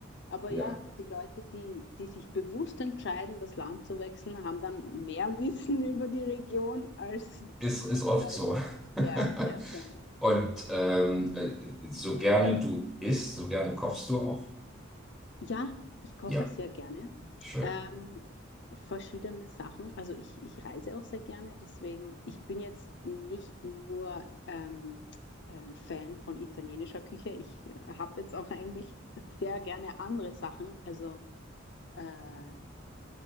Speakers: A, on the left; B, in the centre.
A: Aber
B: Ja,
A: ja, die Leute, die, die sich bewusst entscheiden, das Land zu wechseln, haben dann mehr Wissen <laughs> über die Region als die
B: ist, ist oft
A: Leute.
B: so. <laughs>
A: Ja, ja, schon.
B: Und ähm, äh, so gerne du isst, so gerne kochst du auch.
A: Ja, ich koche
B: Ja,
A: sehr gerne.
B: schön.
A: Ähm, verschiedene Sachen. Also ich, ich reise auch sehr gerne, deswegen, ich bin jetzt nicht nur ähm, äh, Fan von italienischer Küche. Ich habe jetzt auch eigentlich sehr gerne andere Sachen. Also äh,